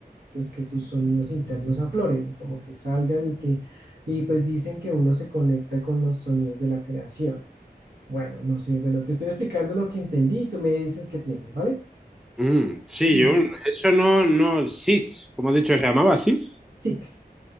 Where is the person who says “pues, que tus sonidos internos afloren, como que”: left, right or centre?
Right